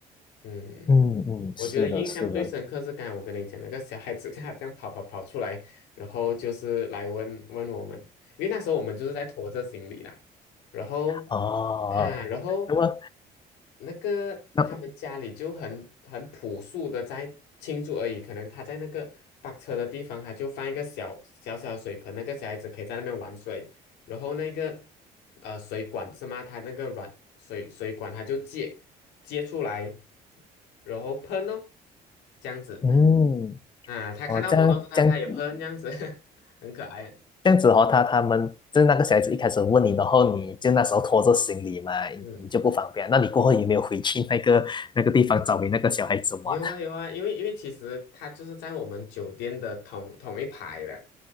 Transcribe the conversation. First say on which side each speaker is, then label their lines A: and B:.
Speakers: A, on the left; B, on the left.
A: 嗯。
B: 嗯嗯，
A: 我觉得印象最深刻是刚才我跟你讲那个小孩子，
B: 是的，是的，
A: 他这样跑跑跑出来，然后就是来问问我们，因为那时候我们就是在拖着行李啦，然后
B: 哦，
A: 啊，然后
B: 那么
A: 那个他们家里就很很朴素的在庆祝而已，
B: 那
A: 可能他在那个搭车的地方，他就放一个小小小的水盆，那个小孩子可以在那边玩水，然后那个呃水管是吗？他那个软水水管他就接接出来。然后喷哦，这样子
B: 嗯，
A: 啊，他看到摩托
B: 哦，这样这样
A: d 他他也喷这样子，<laughs> 很可爱。
B: 这样子哦，他他们就是那个小孩子一开始问你，然后你就那时候拖着行李嘛，
A: 嗯，
B: 你就不方便。那你过后有没有回去那个那个地方找你那个小孩子玩？
A: 有啊有啊，因为因为其实他就是在我们酒店的同同一排的，